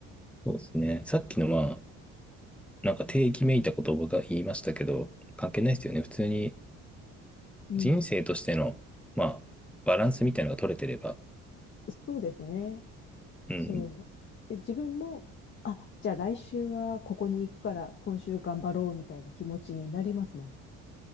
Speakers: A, in the centre; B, on the left.
A: そうですね。さっきのまあ、なんか定義めいたことを僕が言いましたけど、関係ないですよね。普通に
B: う。うん。
A: 人生としての、まあ、バランスみたいなのが取れてれば。
B: そうですね。
A: うん、
B: そう。で、自分も、あ、じゃあ来週はここに行くから今週頑張ろうみたいな気持ちになりますね。